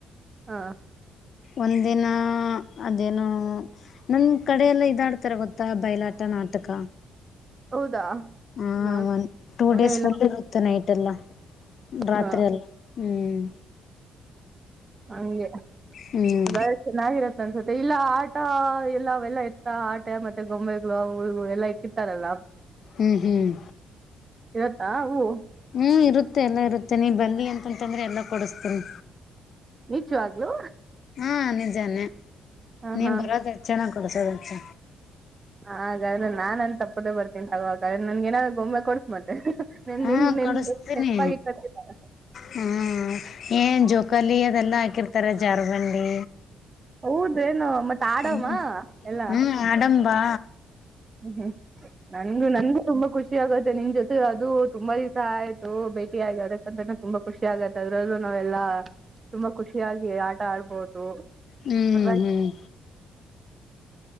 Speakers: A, on the right (about 30°); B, on the left (about 60°).
A: ಹಾ
B: ಒಂದಿನ ಅದೇನು ನಮ ಕಡೆ ಎಲ್ಲ ಇದಾಡ್ತಾರ ಗೊತ್ತಾ ಬೈಲಾಟ ನಾಟಕ
A: ಹೌದಾ
B: ಹ
A: ನಾನ್
B: ಒನ್ ಟೂ
A: ನೋಡೇ
B: ಡೇಸ್
A: ಇಲ್ಲ
B: ಫುಲ್ ಇರುತ್ತೆ ನೈಟ್ ಎಲ್ಲ ರಾತ್ರಿ
A: ಹ
B: ಎಲ್ಲ ಹ್ಮ್
A: ಹಂಗೆ
B: ಹ್ಮ್
A: ಅದ ಚೆನ್ನಾಗಿರತ್ತೆ ಅನ್ಸುತ್ತೆ ಇಲ್ಲ ಆಟ ಎಲ್ಲವೆಲ್ಲ ಇ ಆಟೆ ಮತ್ತೆ ಗೊಂಬೆಗಳು ಹುಳಗಳು ಎಲ್ಲಾ ಇಕ್ಕಿತ್ತಾರಲ್ಲ
B: ಹ್ಮ್ ಹ್ಮ್
A: ಇರತ್ತಾ ಅವು
B: ಹ್ಮ್ ಇರುತ್ತೆ ಎಲ್ಲಾ ಇರುತ್ತೆ <inaudible> ಮತ್ತೆ ನೀ ಬನ್ನಿ ಅಂತಂತಂದ್ರೆ ಎಲ್ಲ ಕೊಡಿಸ್ತೀನಿ
A: ನಿಜವ್ಲೂ
B: ಹಾ ನಿಜಾನೆ
A: ಹ
B: ನೀವು್
A: ಹ ಹ
B: ಬರೋದು ಹೆಚ್ಚ ಚೆನ್ನ ಕೊಡಸೋದು ಹೆಚ್ಚ
A: ಹಾಗಾದ್ರೆ ನಾನ್ನ್ ತಪ್ಪದೇ ಬರ್ತೀನಿಗೋ್ರೆ ನನ್ಗೇನ ಗೊಂಬೆ ಕೊಡ್ಸ್ ಮತ್ತೆ ನ
B: ಹಾ
A: ಇನ್ ನೆನ್
B: ಕೊಡಸ್ತೀನಿ
A: ಹೆೆಪಾಗಿ ಕತ್ತಿಲ್ಲ <unintelligible>
B: ಹ್ಮ್ ಏನ್ ಜೋಕಾಲಿ ಅದೆಲ್ಲಾ ಹಾಕಿರ್ತಾರ ಜಾರ್ಬಂಡಿ.
A: ಹೌದೇನೋ ಮತ್ ಆಡಮ
B: ಹ್ಮ್
A: ಎಲ್ಲ
B: ಹ್ಮ್ ಅಡಂಬಾ.
A: ಹ್ಮ್ ಹ್ಮ್ ನನ್ಗು ನನ್ಗು ತುಂಬಾ ಖುಷಿ. ಖುಷಿ ಆಗುತ್ತೆ ನಿಮ್ತೆ ಅದು ತುಂಬಾ ದಿವಸ ಆಯ್ತು ಭೇಟಿಗಿಡಕ್ಕಂತ ತುಂಬಾ ಖುಷಿ ಆಗುತ್ತೆ ಅದ್ರಲ್ಲೂ ನಾವು. ಲ್ಲಾ ತುಂಬಾ ಖುಷಿಯಾಗಿ ಆಟ ಆಡ್ಬೋದು
B: ಹ್ಮ್
A: ಪ
B: ಹ್ಮ್